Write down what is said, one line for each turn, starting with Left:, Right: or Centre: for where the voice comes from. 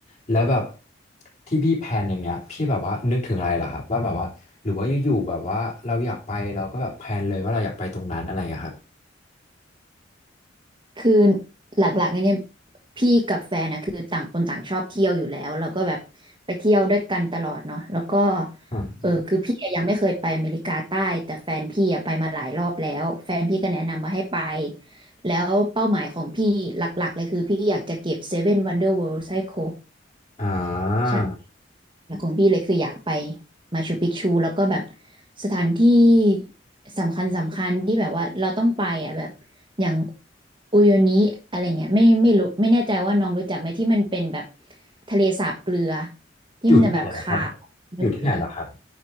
Left: แล้วแบบที่พี่แพลนอย่างเงี้ยพี่แบบว่านึกถึงอะไรเหรอครับว่าแบบว่าหรือว่าอยู่ๆแบบว่าเราอยากไปเราก็แบบแพลนเลยว่าเราอยากไปตรงนั้นอะไรอย่างเงี้ยครับ
Right: คือหลักๆเนี่ยพี่กับแฟนนะคือต่างคนต่างชอบเที่ยวอยู่แล้วแล้วก็แบบไปเที่ยวด้วยกันตลอดเนาะแล้วก็
Left: อม
Right: เออคือพี่อะยังไม่เคยไปอเมริกาใต้แต่แฟนพี่อะไปมาหลายรอบแล้วแฟนพี่ก็แนะนำมาให้ไปแล้วเป้าหมายของพี่หลักๆเลยคือพี่อยากจะเก็บเซเว่นวันเดอร์เวิลด์ให้คร
Left: อ่า
Right: บ อยากของพี่เลยคืออยากไปมาชูปิกชูแล้วก็แบบสถานที่สำคัญสำคัญที่แบบว่าเราต้องไปอ่ะแบบอย่างอุโยนิอะไรเงี้ยไม่ไม่รู้ไม่แน่ใจว่าน้องรู้จักไหมที่มันเป็นแบบทะเลสาบเกลือที่มันจะแบบขาวไปหมดเลย
Left: อยู่ที่ไหนเหรอครับอยู่ที่ไหนเหรอครับ